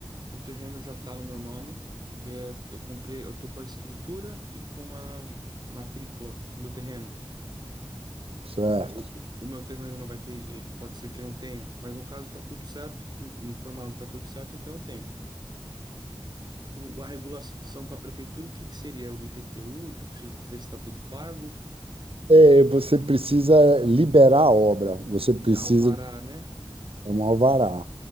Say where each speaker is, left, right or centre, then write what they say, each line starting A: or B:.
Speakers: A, on the right; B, on the right.
A: o terreno já está no meu nome, né, eu comprei, eu tô com a escritura e com a matrícula do terreno.
B: certo?
A: O, o meu terreno ainda não vai ter, ele pode ser que não tenha, mas no caso tá tudo certo, me informaram que tá tudo certo, então eu tenho. O, a regulação com a prefeitura, o que que seria o IPTU, que eu preciso ver se está tudo pago,
B: É, você precisa liberar a obra, você precisa
A: alvará, né?
B: É um alvará.